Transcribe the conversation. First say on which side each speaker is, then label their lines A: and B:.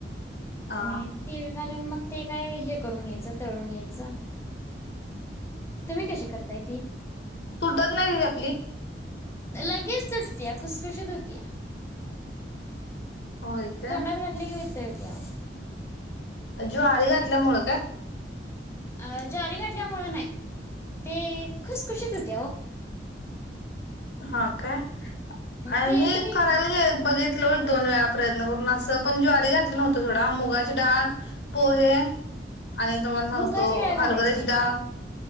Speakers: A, on the left; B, on the left.
A: हा
B: आणि तीळ घालून मग ते काय हे करून घ्यायचं तळून घ्यायचं तुम्ही कशी करताय ती
A: तुटत नाही ती चकली.
B: लगेच तुटतेया कुसकशीत होती या
A: होय का
B: तोंडात घातली की वितळ ते ओ.
A: ज्वारी घातल्या मुळ का.
B: अ ज्वारी घाठल्यामुळं नाही ते खुसखुशीत होते हो
A: हा काय. अ
B: ते
A: मी
B: तुम्ही
A: करायला घे बघित लोत दोन वेळा प्रयत्न करून असं पण ज्वारी घातलं नवतं थोडा मुगा डाळ पोहे आणि तुम्हाला सांगतो
B: मुगाची डाळ
A: हरभऱ्याची
B: घालायची नाही
A: डाळ
B: त्यात